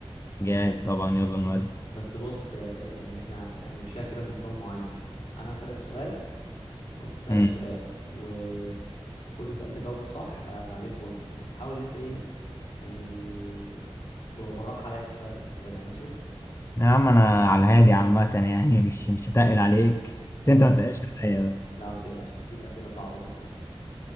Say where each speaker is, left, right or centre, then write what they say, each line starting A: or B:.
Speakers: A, on the left; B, on the left.
A: جاهز طبعا يلا نودي
B: بس بص آه يعني احنا هنمشيها كده بنظام معين انا هسألك سؤال وانت تسألني
A: مم.
B: سؤال وكل سؤال تجاوبه صح آه عليه بوينت بس حاول ان انت ايه يعني تبقى بالراحة عليا شوية في الأسئلة ماشي؟
A: يا عم انا على الهادي عامه يعني مش مش هتقل عليك
B: خلاص
A: بس انت ما تقلش عليا بس
B: لا ما تقلقش هديك أسئلة صعبة بس مش أكتر